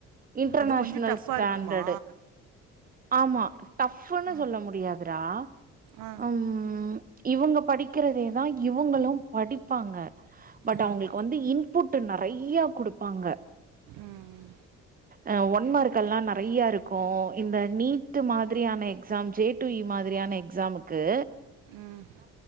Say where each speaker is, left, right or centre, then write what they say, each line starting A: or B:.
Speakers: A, on the right (about 25°); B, on the right (about 70°).
A: இன்டர்நேஷ்னல்
B: அது கொஞ்சம் டஃப்பாக
A: ஸ்டாண்டர்டு
B: இருக்குமா
A: ஆமா டஃப்ன்னு
B: ஆ
A: சொல்ல முடியதுடா
B: ஆ
A: ம் இவங்க படிக்கிறதேதா இவுங்களும் படிப்பாங்க பட்
B: ம்
A: அவுங்ளுக்கு வந்து இன் புட்டு நெறையா குடுப்பாங்க
B: ம்
A: அ, ஒன்மார்க்கெல்லா நறைய இருக்கு இந்த நீட்டு மாதிரியான எக்ஸாம் ஜே டூ இ மாதிரியான எக்ஸாமுக்கு
B: ம்